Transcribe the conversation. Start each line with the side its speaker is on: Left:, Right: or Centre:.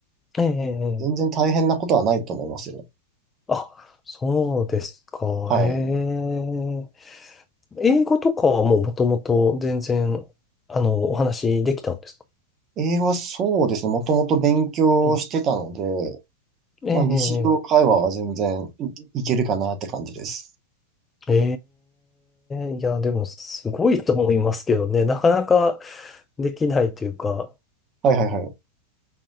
Left: ええ、ええええ
Right: 全然大変なことはないと思いますよ。
Left: あ、そうですか。
Right: はい。
Left: へえ。英語とかはもうもともと全然、あの、お話できたんですか
Right: 英語はそうですね、もともと勉強してたので、
Left: はい。ええ、
Right: まあ日常会話は全然い、いけるかなって感じです。
Left: ええ、ええいや、でもすごいと思いますけどね。なかなかできないというか。
Right: はいはいはい。